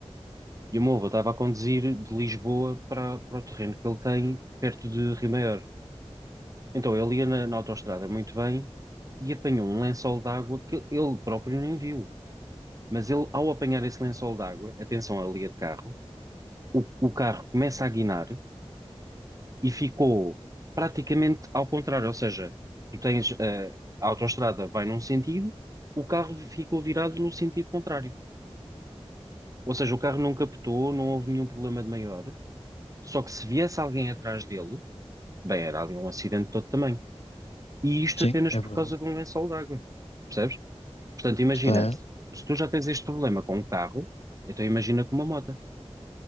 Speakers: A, on the right (about 30°); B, on the left (about 70°).
A: E o meu avô estava a conduzir de Lisboa para, para o terreno que ele tem perto de Rio Maior. Então ele ia na, na autoestrada muito bem e apanhou um lençol d'água que ele próprio nem viu. Mas ele, ao apanhar esse lençol d'água, atenção, ali é de carro, o o carro começa a guinar e ficou praticamente ao contrário, ou seja, tu tens eh, a autoestrada vai num sentido, o carro ficou virado no sentido contrário. Ou seja, o carro não captou, não houve nenhum problema de maior, só que se viesse alguém atrás dele, bem, era ali um acidente de todo tamanho. E isto
B: sim,
A: apenas
B: é
A: por
B: verdade.
A: causa de um lençol de água, percebes? Portanto, imagina,
B: Está,
A: se
B: é.
A: se tu já tens este problema com um carro, então imagina com uma moto.